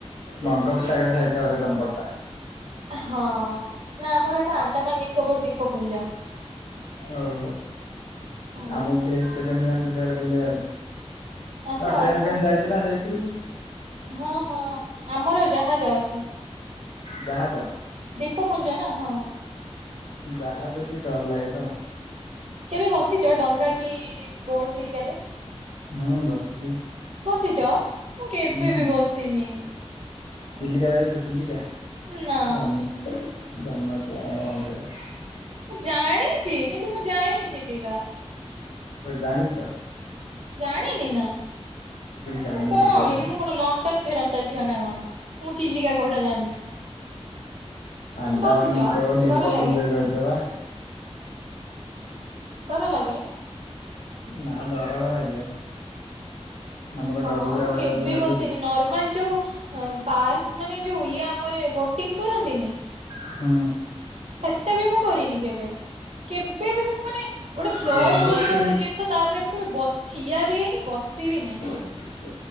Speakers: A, on the left (about 80°); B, on the right (about 65°).
A: ବଙ୍ଗୋପସାଗର ସାଇଟ୍ ଟା ବୋଧେ ତମପଟ ଟା।
B: ହଁ ନା ଆମର ଏଟା ଆଣ୍ଡାମାନ ନିକୋବର ଦ୍ୱୀପପୁଞ୍ଜ।
A: ଓହୋ
B: ହଁ
A: ଆମକୁ ଟିକେ କେବେ ନିଅନ୍ତୁ ସିଆଡେ ବୁଲେଇବାକୁ।
B: ଆସ
A: ହଁ ଟ୍ରେନ
B: ଆସ
A: ଫେନ୍ ଯାଇଛି ନା ସେ ଭିତରୁକୁ?
B: ହଁ ହଁ ଆମର ଜାହାଜ ଆସେ।
A: ଜାହାଜ
B: ଦୀପପୁଞ୍ଜ ନା ହଁ
A: ଜାହାଜ ଟିକେ ଡର ଲାଗେ ତ।
B: କେବେ ବସିଛ ଡଙ୍ଗା କି ବୋଟ ହେରିକାରେ?
A: ହୁଁ ବସିଛି।
B: ବସିଛ ମୁଁ କେବେ
A: ହୁଁ
B: ବି ବସିନି।
A: ଚିଲିକା ଯାଇଛ ଚିଲିକା?
B: ନା।
A: ଜାଣିନ ଜାଣିନଥିବ ତମେ କଣ ସେଇଟା।
B: ମୁଁ ଜାଣିଛି କିନ୍ତୁ ମୁଁ ଯାଇନି ଚିଲିକା।
A: ଓ ଜାଣିଚ।
B: ଜାଣିନି ନା,
A: ଜାଣିନଥିବ
B: ମୁଁ କଣ
A: ବୋଲି
B: କି ମୁଁ କଣ ଲଣ୍ଡନ ଫେରନ୍ତା ଝିଅ ନା କଣ? ମୁଁ ଚିଲିକା କୋଉଟା ଜାଣିନି।
A: ଆଣ୍ଡାମାନ
B: ବସିଛ
A: ନିକୋବର୍ ଦୀପପୁଞ୍ଜ
B: ଡର ଲାଗେ
A: ରେ ରହୁଛ ବା।
B: ଡର ଲାଗେ?
A: ନା ଡର କଣ ଲାଗିବ। ଆମେ କଣ
B: ମା
A: ଡରୁକୁରା
B: ମୁଁ
A: ଭଳିଆ
B: କେବେ
A: ତମକୁ ଲାଗୁଛୁ
B: ବସିନି ନର୍ମାଲ ଯୋଉ ଅ ପାର୍କ ମାନେ ଯୋଉ ଇଏ ଆମର ବୋଟିଂ କରନ୍ତିନି
A: ହୁଁ।
B: ସେଟା ବି ମୁଁ କରିନି କେବେ, କେବେ ବି ମୁଁ ମାନେ ଗୋଟେ ଫ୍ଲଟ
A: ସେଲ୍ ବୋଟିଂ
B: ହଉଥିବ ଗୋଟେ ଜି ହ ତାପରେ ମୁଁ କେବେ ବସ୍ ଠିଆ ବି ହେଇନି ବସି ବି ନାହିଁ।
A: <inaudible>